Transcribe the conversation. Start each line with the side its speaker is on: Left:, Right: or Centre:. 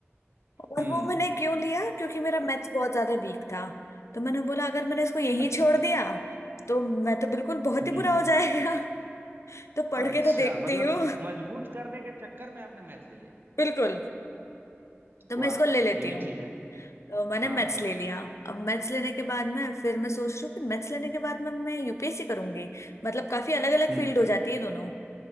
Left: और
Right: हम्म
Left: वो मैंने क्यों लिया क्योंकि मेरा मैथ्स बहुत ज्यादा वीक था तो मैंने बोला अगर मैंने इसको यहीं
Right: अच्छा
Left: छोड़ दिया तो मैं तो बिल्कुल बहुत
Right: हम्म
Left: ही बुरा हो जाएगा <laughs> तो पढ़
Right: अच्छा
Left: के तो देखती
Right: मतलब
Left: हूँ
Right: मजबूत करने के चक्कर में आपने मैच ले लिया
Left: बिल्कुल तो मैं
Right: वाह
Left: इसको ले लेती
Right: ये भी
Left: हूँ
Right: ठीक है
Left: तो मैंने
Right: हाँ
Left: मैथ्स ले लिया अब मैथ्स लेने के बाद में फिर मैं सोच रही हूँ कि मैथ्स लेने के बाद में मैं यूपीएससी करूंगी मतलब काफी अलग अलग
Right: हम्म
Left: फील्ड हो जाती है दोनों